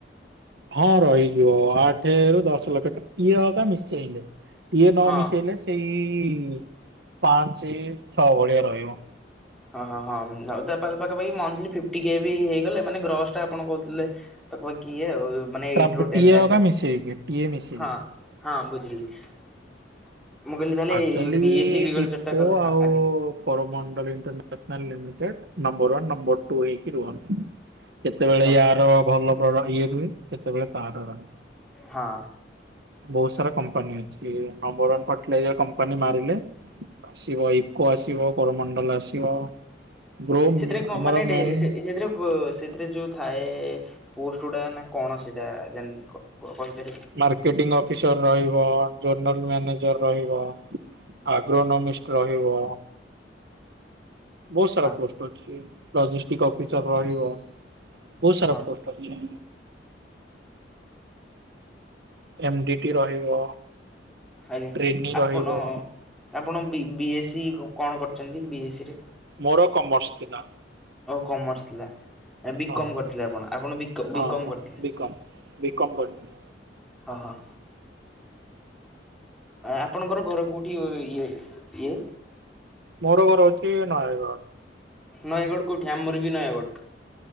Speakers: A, on the right; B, in the centre.
A: ହଁ ରହିଯିବ ଆଠ ରୁ ଦଶ ଲକ୍ଷ ଇଏ ହକା ମିଶେଇଲେ ଇଏ ନ
B: ହଁ
A: ମିଶେଇଲେ ସେଇ ପାଞ୍ଚ ଛଅ ଭଳିଆ ରହିବ
B: ହଁ ହଁ ହଁ ଆଉ ତା ପାଖପାଖି ମନ୍ଥଲି ଫିଫ୍ଟୀ କେ ବି ହେଇଗଲେ ମାନେ ଗ୍ରସ୍ ଟା ଆପଣ କହୁଥିଲେ ତାକୁ ଆଉ କିଏ ଆଉ ମାନେ ଏଇଟି
A: ତାପ
B: ରୁ ଟେନ
A: ଟିଏ
B: ଲାକ୍ଷେ
A: ହକା
B: ଆଉ
A: ମିଶେଇକି ଟିଏ ମିଶେଇକି।
B: ହଁ ହଁ ବୁଝିଲି ମୁଁ କହିଲି ତାହେଲେ
A: ଆକ୍ଚୁଆଲି
B: ବି ଏ ସି ଏଗ୍ରୀ କଲଚର
A: ଇଫକୋ
B: ଟା କଲେ ହଁ
A: ଆଉ
B: ଆଜ୍ଞା
A: Coromandel international limited number one number two ହେଇକି ରୁହନ୍ତି କେତେବେଳେ
B: ଓହୋ
A: ୟାର ଭଲ ପ୍ର ଇଏ ରୁହେ କେତେବେଳେ ତାର ରହେ
B: ହଁ
A: ବହୁତ ସାରା କମ୍ପାନୀ ଅଛି ନମ୍ବରୱାନ ପଟନାୟ କମ୍ପାନୀ ମାରିଲେ ଆସିବ ଇକୋ ଆସିବ କରମଣ୍ଡଲ ଆସିବ ଗ୍ରୋ
B: ସେଥିରେ କଣ
A: ଆମର
B: ମାନେ ଡେ
A: ମେନ୍
B: ସେ ସେଥିରେ ସେଥିରେ ଯୋଉ ଥାଏ ପୋଷ୍ଟ ଗୁଡା ନା କଣ ସେଇଟା ଜାଣିନି କ କହିପାରିବେ
A: ମାର୍କେଟିଙ୍ଗ ଅଫିସର ରହିବ ଜର୍ନାଲ ମ୍ୟାନେଜର ରହିବ ଆଗ୍ରନ ମିଷ୍ଟ ରହିବ ବହୁତ ସାରା
B: ହଁ
A: ପୋଷ୍ଟ ଅଛି ଲଜେଷ୍ଟିକ ଅଫିସର ରହିବ ବହୁତ ସାରା
B: ହଁ
A: ପୋ ଷ୍ଟ ଅଛି ଏମ ଡି ଟି ରହିବ
B: ଆଜ୍ଞା
A: ଟ୍ରେନିଂ
B: ଆପଣ
A: ରହିବ
B: ଆପଣ ବି ବି ଏସ୍ ସି କଣ କରିଛନ୍ତି ବି ଏସ୍ ସି ରେ
A: ମୋର କମର୍ସ ଥିଲା
B: ଓ କମର୍ସ ଥିଲା ବିକମ୍
A: ହଁ
B: କରିଥିଲେ ଆପଣ ଆପଣ ବିକ ବିକମ୍
A: ହଁ
B: କରିଥିଲେ
A: ବିକମ୍ ବିକମ୍ କରିଥିଲି
B: ହଁ ହଁ ଆ ଆପଣଙ୍କର ଘର କୋଉଠି ଇଏ ଇଏ
A: ମୋର ଘର ହଉଛି ନୟାଗଡ଼
B: ନୟାଗଡ଼ କୋଉଠି ଆମର ବି ନୟାଗଡ଼